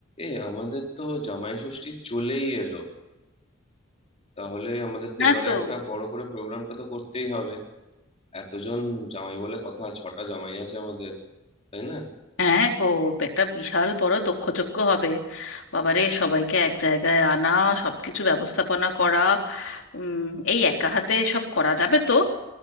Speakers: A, on the left (about 30°); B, on the left (about 70°).
A: এ আমাদের তো জামাই ষষ্ঠী চলেই এলো তাহলে আমাদের তো
B: না
A: এবারে
B: তো
A: একটা বড় করে প্রোগ্রামটা তো করতেই হবে এতজন জামাই বলে কথা ছটা জামাই আছে আমাদের তাই না
B: হ্যাঁ গো একটা বিশাল বড় দক্ষযজ্ঞ হবে বাবারে সবাইকে এক জায়গায় আনা সবকিছু ব্যবস্থাপনা করা উম এই একা হাতে সব করা যাবে তো